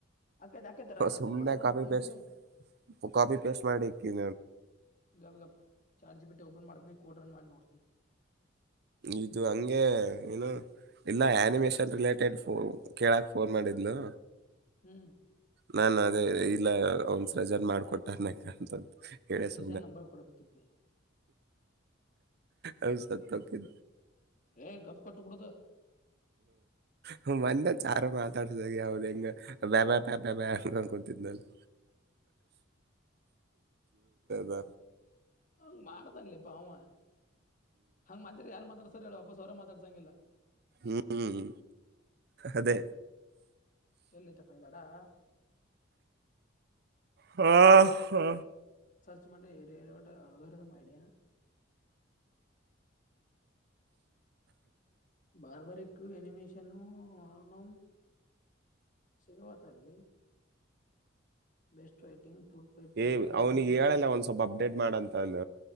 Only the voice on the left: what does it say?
ಆಕೈತೆ ಆಕೈತೆ ರನ್
ಕೋಡ್ ಆದ್ರೂ
ತೆಗ್ದಿನಿ
ಗಪ್ ಗಪ್ ಚಾರ್ಜಿ ಬಿಟ್ಟು ಓಪನ್ ಮಾಡ್ತನಿ ಕೋಟ್ ರನ್ ಮಾಡಿ ನೋಡ್ತನಿ
ಹ್ಮ್
ಸಜೆನ್
ನಂಬರ್ ಕೊಡ್ಬೇಕಿದ್ನಿ
ಏ ಗಬ್ು ಕೊಟ್ಟ ಬಿಡ್ದ
ಹಂಗ್ ಮಾಡ್ತಾನ್ಲಿಪ್ಪ ಅವ ಹಂಗ ಮಾತ್ರರಿ ಯಾರು ಮಾತಾಡ್ತಾರ ಹೇಳ ಅಪ್ಪಸ್ ಅವರ ಮಾತಾಡ್ಸಂಗಿಲ್ಲ
ಎಲ್ಲೈತಪ್ಪ ಇದ್ದಾಡಾ
ಚಮಂಡ ಏರಿಯ ಆಳಗಾರಿ ಐಡಿಯಾ ಬಾರ್ಬಾರಿಕ್ು ಎನಿಮೇಷನ್ನು ನಾವು ಸಿಗುವ ತಲ್ಲಿ ಬೆಸ್ಟ್ ರೈಟಿಂಗ್ ಫುಡ್ ಪೇತು
ಲ್ಯಾಬ್
ಇವು ರಿಸರ್ಚ್